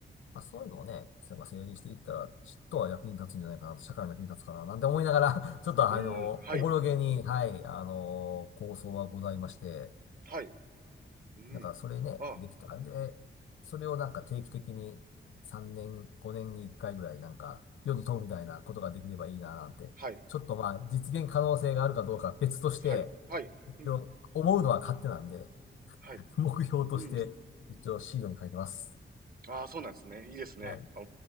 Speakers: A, on the left (about 85°); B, on the right (about 50°).
A: まあ、そういうのをね、なんか整理していったら、ちっとは役に立つんじゃないかなと、社会の役に立つかな、なんて思いながら <laughs> ちょっとあの、
B: うーん、はい、
A: おぼろげに、はい、あの、構想はございまして、
B: はい、うん。
A: なんかそれね、
B: あ、
A: できたら、で、それをなんか定期的に3年、5年に1回ぐらい、なんか、世に問うみたいなことができればいいな、なんて。
B: はい、
A: ちょっとまあ、実現可能性があるかどうかは別として、
B: はい、はい、
A: 一応思うのは勝手なんで、
B: うん、はい、
A: <laughs> 目標として、
B: うん。
A: 一応シードに書いてます。
B: ああ、そうなんですね。いいですね。
A: はい。
B: あ、